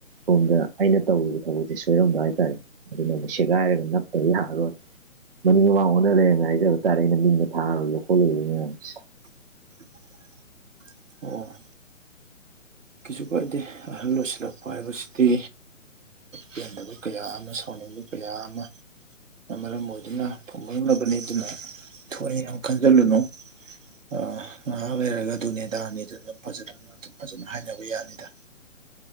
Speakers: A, on the right; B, on the right.
A: ꯁꯣꯝꯗ ꯑꯩꯅ ꯇꯧꯔꯤꯕ ꯊꯕꯛꯁꯦ ꯁꯣꯏꯔꯝꯕ ꯍꯥꯏꯇꯥꯔꯦ ꯑꯗꯨꯅ ꯁꯦꯒꯥꯏꯔꯒ ꯅꯞꯇꯕ ꯌꯥꯑꯔꯣꯏ ꯃꯅꯤꯡ ꯃꯥꯡ ꯑꯣꯟꯅꯔꯦꯅ ꯍꯥꯏꯖꯕ ꯇꯥꯔꯦ ꯑꯩꯅ ꯃꯤꯡꯅ ꯊꯥꯔꯨꯣꯏꯔꯤꯕ ꯈꯣꯠꯂꯣꯔꯤꯕ ꯃꯌꯥꯝꯁꯦ
B: <unintelligible> ꯑꯣ ꯀꯩꯁꯨ ꯀꯥꯏꯗꯦ ꯑꯍꯜ ꯂꯣꯏꯁꯤꯜꯂꯛꯄ ꯍꯥꯏꯕꯁꯤꯗꯤ ꯄꯦꯟꯗꯕ ꯀꯌꯥ ꯑꯃ ꯁꯥꯎꯅ ꯀꯌꯥ ꯑꯃ ꯃꯔꯝ ꯑꯣꯏꯗꯨꯅ ꯐꯨꯝꯃꯣꯏꯂꯕꯅꯤ ꯑꯗꯨꯅ ꯊꯣꯏꯏ ꯌꯥꯝ ꯈꯟꯖꯤꯜꯂꯨꯅꯨ ꯑ ꯉꯥꯏꯍꯥꯛ ꯂꯩꯔꯒ ꯑꯗꯨꯅꯦꯗꯥꯅꯤ ꯑꯗꯨ ꯐꯖꯅ ꯑꯗꯨꯝ ꯐꯖꯅ ꯍꯥꯏꯅꯕ ꯌꯥꯅꯤꯗ